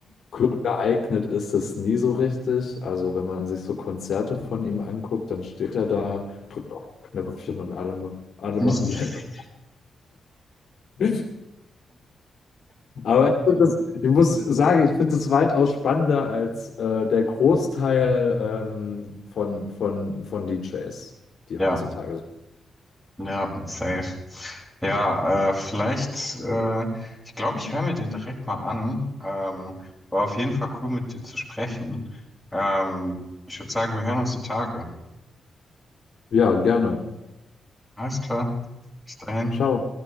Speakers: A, on the left; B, in the centre.
A: Club geeignet ist es nie so richtig. Also wenn man sich so Konzerte von ihm anguckt, dann steht er da,
B: Mhm.
A: drückt auf ein Knöpfchen und alle, ma-
B: <laughs>
A: alle machen die Hände. <laughs> Aber ich, find das, ich muss sagen, ich finde es weitaus spannender als äh, der Großteil ähm, von, von, von DJs, die
B: Ja,
A: heutzutage so.
B: ja, safe. Ja, äh, vielleicht, äh, ich glaube, ich höre mir den direkt mal an. Ähm, war auf jeden Fall cool, mit dir zu sprechen. Ähm, ich würde sagen, wir hören uns die Tage.
A: Ja, gerne.
B: Alles klar, bis dahin.
A: Ciao.